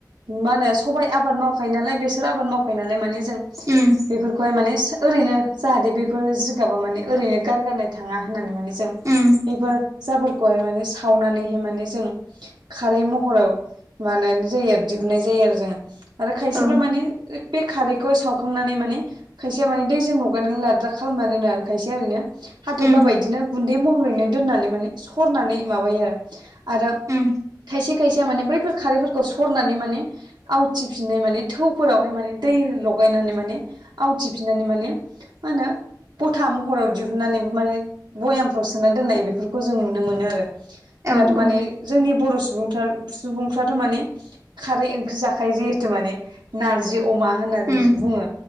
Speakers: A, on the right; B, on the right.
A: मा होनो सबाइ आबाद मावखायो नालाय बेसोर आबाद मावखायो नालाय माने जों
B: उम
A: बेफोरखौहाय माने ओरैनो जाहाथे बेफोर जिगाबा माने ओरैनो गारगारनाय थाङा होननानै माने जों
B: उम
A: बेफोर जाफोरखौहाय माने सावनानैहाय माने जों खारै महराव बानायनाय जायो आरो दिहुननाय जायो आरो जोङो। आरो खायसेफ
B: औ
A: मानि बे खारैखौ सावखांनानै माने खायसेया माने दैजों लगायनानै लाद्रा खालामना दोना आरो खायसेया ओरैनो हाथ'फ्लाबायदिनो
B: उम
A: गुन्दै महरैनो दोननानै माने सरनानै माबायो आरो
B: उम
A: खायसे खायसे माने बैफोर खारैफोरखौ सरनानै माने आवथिफिननाय माने थौफोरावहाय माने दै लगायनानै माने आवथिफिननानै माने माहोनो गथा महराव दिहुननानैबो माने भयामफ्राव सोना दोननाय बेफोरखौ जों नुनो मोनो आरो जोंहाथ'
B: औ
A: माने
B: औ
A: जोंनि बर' सुबुं सुबुंफ्राथ' माने खारै ओंख्रि जाखायो जिहेथु माने नारजि अमा होननानैसो
B: उम
A: बुङो